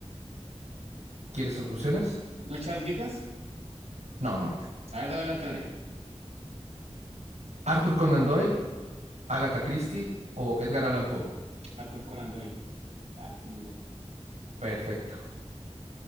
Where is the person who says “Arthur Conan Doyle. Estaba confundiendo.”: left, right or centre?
Right